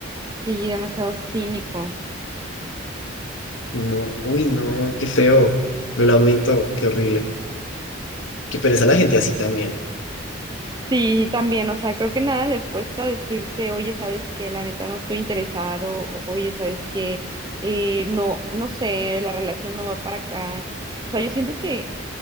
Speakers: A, on the right (about 20°); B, on the left (about 75°).
A: sí, demasiado cínico.
B: No, uy, no, qué feo. Lo lamento, qué horrible. Qué pereza la gente así también.
A: Sí, también, o sea, creo que nada les cuesta decirte, oye, sabes que la neta no estoy interesado, o, oye, sabes que no, no sé, la relación no va para acá. O sea, yo siento que